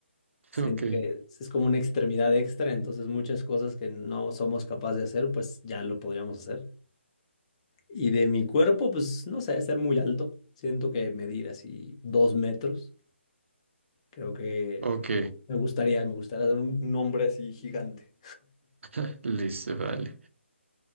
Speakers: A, on the left; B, on the right.
A: Siento
B: Ok,
A: que es como una extremidad extra, entonces muchas cosas que no somos capaces de hacer, pues ya lo podríamos hacer. Y de mi cuerpo, pues no sé, ser muy alto. Siento que medir así dos metros, creo que
B: ok,
A: me gustaría, me gustaría ser un, un hombre así gigante.
B: <laughs> listo, vale.